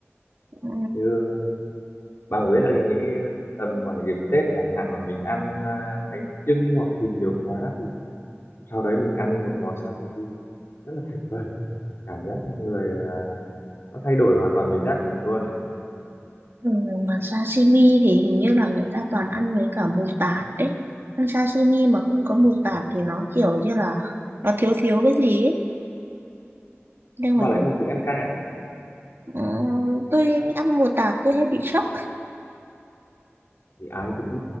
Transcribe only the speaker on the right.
Ừ.
Ừ, mà sashimi thì hình như là người ta toàn ăn với cả mù tạt đấy. Ăn sashimi mà không
có mù
tạt thì nó kiểu như là nó thiếu thiếu cái gì ấy. Nhưng
mà
thật,
ờ, tôi ăn mù tạt tôi hay bị sốc.